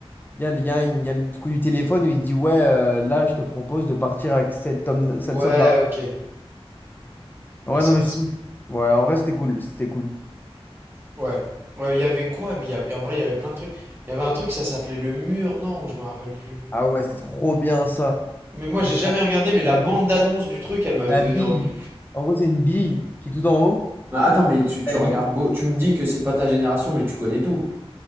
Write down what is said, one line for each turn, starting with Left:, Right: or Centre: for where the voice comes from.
Left: il y a, le- il y a une- il y a le coup du téléphone où il dit, ouais, euh, là, je te propose de partir avec cette, somme- cette
Right: Ouais,
Left: somme d'argent.
Right: ok. Ouais,
Left: Ouais,
Right: ça
Left: non, mais
Right: passe.
Left: c'est- cool. ouais, en vrai, c'était cool, c'était cool.
Right: Ouais. Ouais, il y avait quoi? Mais il y a- en vrai, il y avait plein de trucs. Il y avait un truc, ça s'appelait le mur, non? Ou je me rappelle plus.
Left: Ah ouais, c'était trop bien ça.
Right: Mais moi,
Left: Ou
Right: j'ai
Left: ça,
Right: jamais regardé, mais la
Left: la
Right: bande
Left: bille,
Right: d'annonce du truc, elle m'avait
Left: la
Right: donné
Left: bille.
Right: envie.
Left: En gros, c'est une bille qui est tout en haut.
Right: Bah attends, mais tu, tu
Left: Ah,
Right: regardes
Left: j'ai-
Right: beau, tu me dis que c'est pas ta génération, mais tu connais tout.